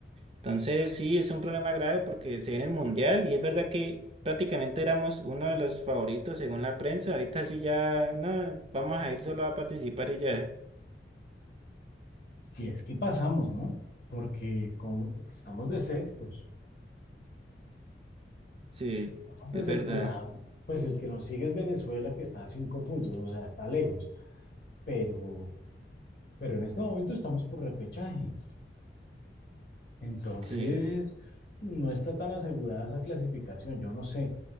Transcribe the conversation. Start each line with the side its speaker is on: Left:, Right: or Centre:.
Right: Entonces sí, es un problema grave porque se viene el Mundial y es verdad que prácticamente éramos uno de los favoritos según la prensa. Ahorita sí ya, no, vamos a ir solo a participar y ya.
Left: si es que pasamos, ¿no? Porque como, estamos de sextos.
Right: Sí,
Left: Entonces,
Right: es verdad.
Left: o sea, pues el que nos sigue es Venezuela, que está a cinco puntos, o sea, está lejos, pero, pero en este momento estamos por repechaje. Entonces,
Right: Sí,
Left: no está tan asegurada esa clasificación, yo no sé.